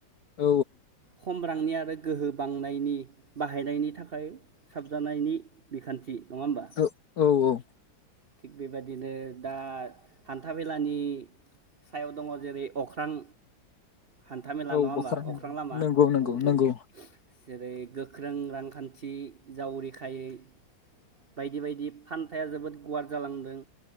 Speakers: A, on the left (about 55°); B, on the right (about 80°).
A: औ
B: होमबा खम रांनि आरो गोहो बांनायनि बाहायनायनि थाखाय साबजानायनि बिखान्थि। नङा होमबा
A: औ औ औ
B: थिग बेबायाददिनो दा हान्था मेलानि सायाव दङ जेरै अख्रां हान्थामेला
A: औ
B: नङा होमबा
A: बखरनि
B: अख्रां लामा
A: नंगौ नंगौ
B: औ औ
A: नंगौ
B: जेरै गोख्रों रांखान्थि जावरिखायै बायदि बायदि फान्थाया जोबोद गुवार जालांदों।